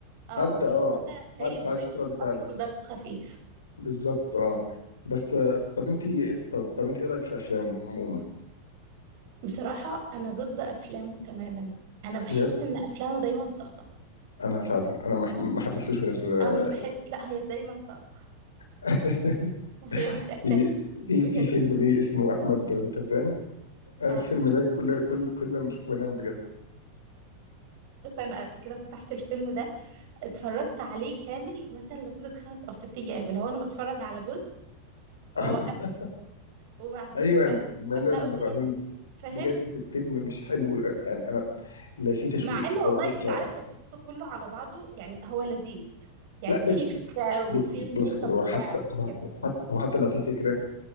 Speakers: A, on the right (about 50°); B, on the left (about 70°).
A: اه
B: حد
A: ولو
B: اه
A: مثلا جايب
B: حد انت عايز
A: ضيف
B: تشوف رد فعله
A: اصلا دمه خفيف
B: بالظبط اه بس آه، طب انت طب, طب انت ايه رايك في افلامه عموما
A: بصراحة انا ضد افلامه تماما انا بحس
B: بجد
A: ان افلامه دايما ساقطة
B: انا فعلا انا ما ما حبيتلوش غير آه،
A: او مش بحس لا هي دايما ساقطة
B: <laughs>
A: <laughs> هي مش احساس
B: في في
A: بجد
B: في فيلم ليه اسمه احمد نوتردام أنا
A: آه،
B: الفيلم ده كل كل كل لما اشوفه بنام بجد
A: عارفة انا قبل كده فتحت الفيلم ده اتفرجت عليه كامل مثلا لمدة خمس او ست ايام اللي هو انا بتفرج على جزء
B: <laughs>
A: واوقفه وبعدين
B: ايوه
A: ارجع
B: ملل
A: ابدأه تاني
B: رهيب
A: فاهم؟
B: بجد فيلم مش حلو يعني انا لا في تشويق
A: مع ان
B: ولا
A: والله
B: في اثاره
A: انت عارف لو شفته كله على بعضه يعني هو لذيذ يعني
B: لا بس
A: في فكرة وفي
B: بص
A: الميك
B: بص هو
A: اب بتاعه
B: حتى هو
A: كده
B: حتى هو حتى لو في فكره